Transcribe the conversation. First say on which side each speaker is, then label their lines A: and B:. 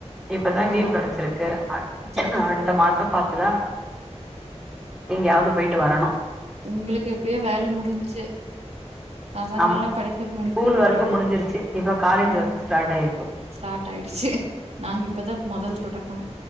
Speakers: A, in the centre; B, on the right (about 65°).
A: இப்பதான்
B: ஓ
A: லீவ் கெடைச்சிருக்கு
B: சரி
A: அடுத்த
B: சரிங்க
A: மாசம் பத்துதா எங்கயாவது போயிட்டு வரணும்
B: உங்களுக்கு எப்டியோ வேலை முடிஞ்ச்சு பசங்க
A: ஆமா
B: எல்லாம் படிப்பு முடிக்க
A: ஸ்கூல்
B: போறாங்க
A: ஒர்க்கு முடிஞ்சிருச்சு இப்ப காலேஜ்
B: உம்
A: ஒர்க் ஸ்டார்ட் ஆயிருக்கு
B: ஸ்டார்ட் ஆயிடுச்சு நாங்க இப்பதான் முதல் தொடக்கம்